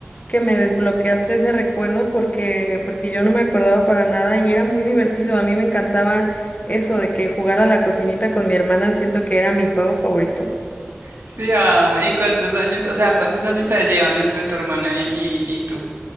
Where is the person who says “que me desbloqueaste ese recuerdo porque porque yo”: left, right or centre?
Left